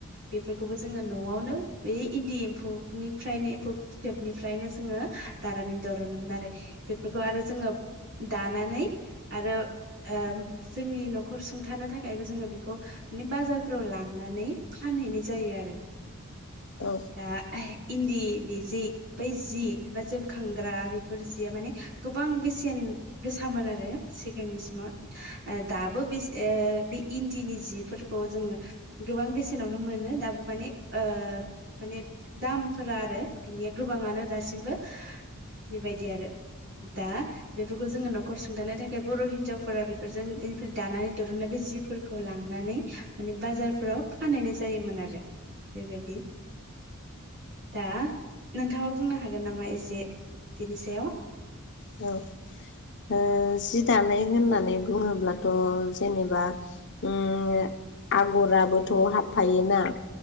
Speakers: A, on the right; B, on the left.
A: बेफोरखौबो जोंङो न'आवनो बे इन्दि एम्फौ निफ्रायनो एम्फौ फिथोबनिफ्रायनो जोंङो दानानै दरनोमोन आरो। बेफोरखौ आरो जोंङो दानानै आरो आ जोंनि न'खर सुंथानो थाखायबो जोंङो बेखौ माने बाजारफ्राव लांनानै फानहैनाय जायो आरो।
B: औ
A: आ इन्दिनि जि बै जि बा जोमखांग्रा बेफोर जिया माने गोबां बेसेन गोसामोन आरो सिगांनि समाव दाबो बे ओ बे इन्दिनि जिफोरखौ जोंङो गोबां बेसेनावनो मोनो दाबो माने ओ माने दामफोरा आरो बिनि गोबाङानो दासिमबो बेबायदि आरो दा बेफोरखौ जोङो नखर सुंथानो थाखाय बर' हिनजावफोरा बेफोरजों बेनिफ्राय दानानै दुरुनो बे जिफोर खौ लांनानै माने बाजारफ्राव फानहैनाय जायोमोन आरो बेबायदि दा नोंथाङा बुंनो हागोन नामा एसे बिनि सायाव
B: औ ओ जि दानाय होननानै बुंङोब्लाथ' जेनेबा उम आगराबोथ' हाबफायोना